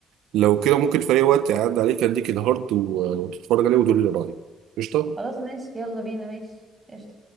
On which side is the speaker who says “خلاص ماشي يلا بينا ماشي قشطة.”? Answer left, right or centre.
Right